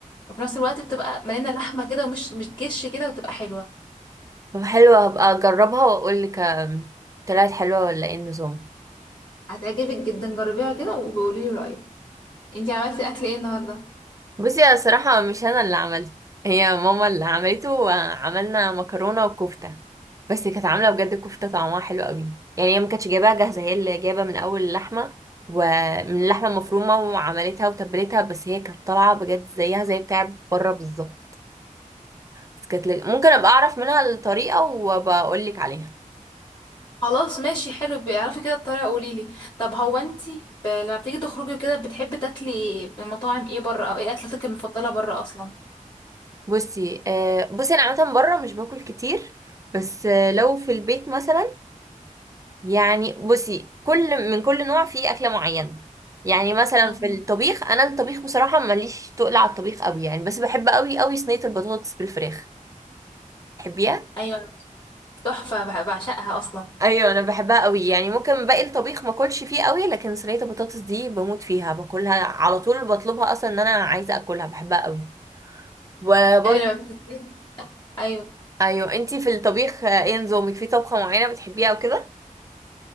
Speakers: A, on the left; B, on the right.
A: وفي نفس الوقت بتبقى مليانه لحمه كده ومش بتكش كده وتبقى حلوه
B: طب حلوة هبقى اجربها واقول لك آم، طلعت حلوة ولا ايه النظام
A: هتعجبك جدا جربيها كده وبقولي لي رايك انتي عملتي اكل ايه النهارده
B: بصي انا صراحة مش انا اللي عملت هي ماما اللي عملته وعملنا مكرونة وكفتة بس كانت عاملة بجد كفتة طعمها حلو قوي يعني هي ما كانتش جايباها جاهزة هي اللي جايبة من اول اللحمة ومن اللحمة المفرومة وعملتها وتبلتها بس هي كانت طالعة بجد زيها زي بتاع بره بالظبط بس كانت لذ- ممكن ابقى اعرف منها الطريقة وبقول لك عليها
A: خلاص ماشي حلو بيعرفي كده الطريقة قوليلي طب هو انتي ب... لما بتيجي تخرجي كده بتحبي تاكلي من مطاعم ايه بره او ايه اكلتك المفضلة بره اصلا
B: بصي آه بصي انا عامه بره مش باكل كتير بس آه لو في البيت مثلا يعني بصي كل من كل نوع فيه اكله معينه يعني مثلا
A: مم.
B: في الطبيخ انا الطبيخ بصراحه ماليش تقل على الطبيخ قوي يعني بس بحب قوي قوي صينيه البطاطس بالفراخ تحبيها
A: ايوه تحفة بح- بعشقها اصلا
B: ايوه انا بحبها قوي يعني ممكن باقي الطبيخ ما اكلش فيه قوي لكن صينيه البطاطس دي بموت فيها باكلها على طول بطلبها اصلا ان انا عايزه اكلها بحبها قوي وبرضه
A: ايوه لما بتت- ايوه
B: ايوه انتي في الطبيخ آه، ايه نظامك في طبخه معينه بتحبيها وكده